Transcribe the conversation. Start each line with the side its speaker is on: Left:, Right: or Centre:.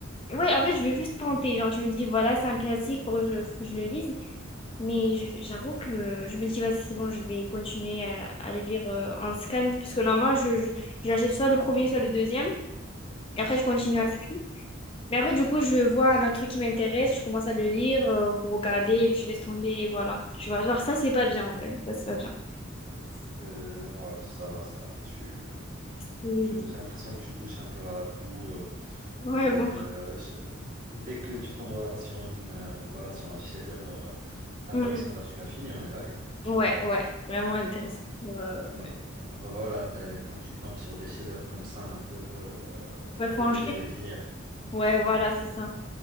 Left: ouais, en fait, je veux juste tenter. Genre, je me dis, voilà, c'est un classique, faut que je, faut que je le lise. Mais je- j'avoue que je me dis, vas-y, c'est bon, je vais continuer à, à le lire euh, en scan. Parce que normalement, je, je- j'achète soit le premier, soit le deuxième. Et après, je continue
Right: Ouais.
Left: à scan. Mais après, du coup, je vois un autre truc qui m'intéresse, je commence à le lire, euh, ou regarder, je laisse tomber, et voilà. Tu vois, genre, ça, c'est pas bien, en vrai. Ça, c'est pas bien.
Right: Euh, c'est- ouais, ça va, ça. Tu,
Left: C'est-
Right: Tu- J'ai l'impression que tu touches un peu à tout euh,
Left: Ouais,
Right: et
Left: bon.
Right: euh, je- dès que tu tombes voilà, sur une, euh, voilà, sur un chef-d'œuvre euh, intéressant,
Left: Mm.
Right: tu l'as fini, on est d'accord.
Left: Ouais, ouais, vraiment intéressant.
Right: Bah,
Left: Euh,
Right: bah, bah bah, voilà, t'as- quand tu tombes sur des chefs-d'œuvre comme ça, un peu, euh,
Left: ouais, faut
Right: t'es
Left: en
Right: obligé de les finir.
Left: Ouais, voilà, c'est ça.